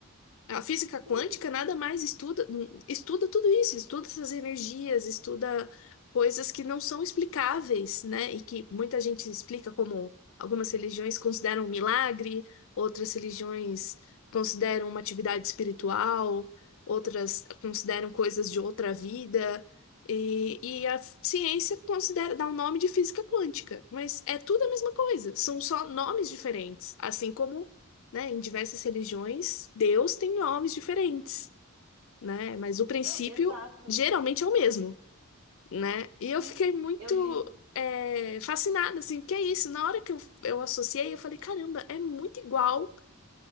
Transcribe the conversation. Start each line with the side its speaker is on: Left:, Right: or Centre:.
Left: A física quântica
Right: sim.
Left: nada mais estuda, hum, estuda tudo isso, estuda essas energias, estuda coisas que não são explicáveis, né? E que muita gente explica como algumas religiões consideram um milagre, outras religiões consideram uma atividade espiritual, outras consideram coisas de outra vida. E, e a ciência considera, dá o nome de física quântica, mas é tudo a mesma coisa, são só nomes diferentes, assim como né, em diversas religiões, Deus tem nomes diferentes, né? Mas o princípio
Right: Não, exato.
Left: geralmente é o mesmo, né? E eu
Right: Sim,
Left: fiquei muito
Right: eu li.
Left: é, fascinada, assim, porque é isso. Na hora que eu, eu associei, eu falei, caramba, é muito igual.